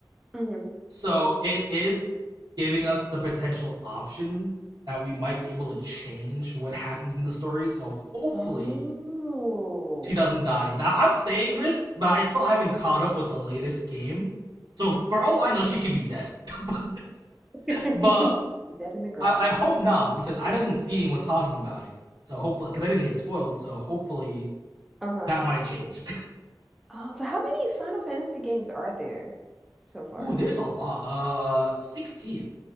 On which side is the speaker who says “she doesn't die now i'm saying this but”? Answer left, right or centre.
Right